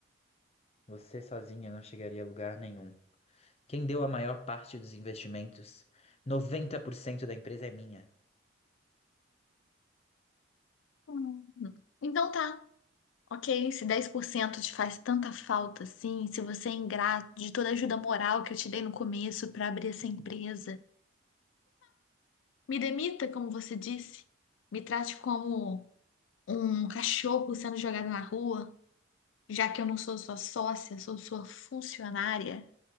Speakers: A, on the left (about 30°); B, on the left (about 80°).
A: Você sozinha não chegaria a lugar nenhum. Quem deu a maior parte dos investimentos? 90% da empresa é minha.
B: Hum. Então tá, ok. Se 10% te faz tanta falta assim, se você é ingrato de toda a ajuda moral que eu te dei no começo pra abrir essa empresa, me demita, como você disse. Me trate como um cachorro sendo jogado na rua. já que eu não sou sua sócia, sou sua funcionária,